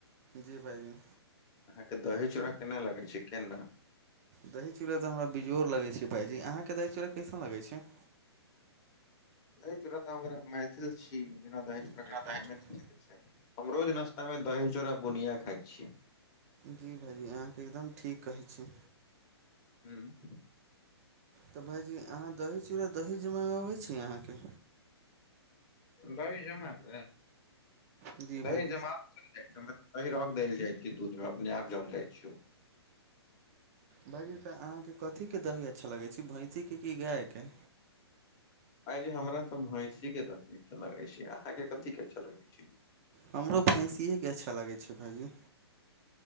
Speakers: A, on the right (about 35°); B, on the left (about 25°).
A: जी भाइजी।
B: अहाँके दही चूड़ा केना लागे छै, केना।
A: दही चूड़ा तऽ हमरा बेजोड़ लगै छै भायजी अहाँके दही चूड़ा कैसन लगै छै।
B: अय चोरा तऽ हमरा मैथिल छी। जेना दही चूड़ाके
A: जी
B: कामे नहि छै हम रोज नाश्तामे दही चूड़ा बुनिया खाइ छियै।
A: जी भाइ जी अहाँके एकदम ठीक कहैत छी।
B: हुँ।
A: तऽ भाइजी अहाँ दही चूड़ा, दही जमा अबैत छी अहाँकेँ।
B: दही जमाल
A: जी भाइजी
B: दही जमाउ। देल कमे अय रंग देल जाइ छो दूध मे अपने आप जम जाइ छो।
A: भायइजी तऽ अहाँके कथीके दही अच्छा लगैत छै भैँसीके कि गायके।
B: आय जे हमरा तऽ भैंसी के द लगे छै अहाके कथी के अच्छा लगे छै।
A: हमरो भैंसिके अच्छा लागै छै, भाइजी।